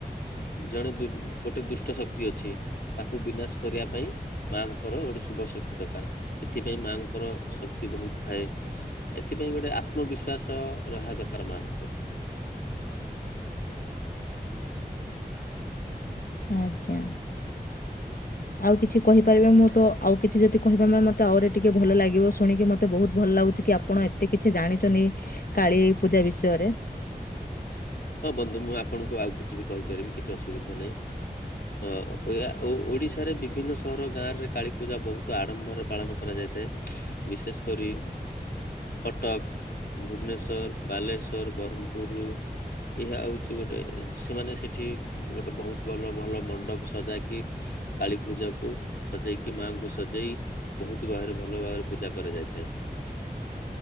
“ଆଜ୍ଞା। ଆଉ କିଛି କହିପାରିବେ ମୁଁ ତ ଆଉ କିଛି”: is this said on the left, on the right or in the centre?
Left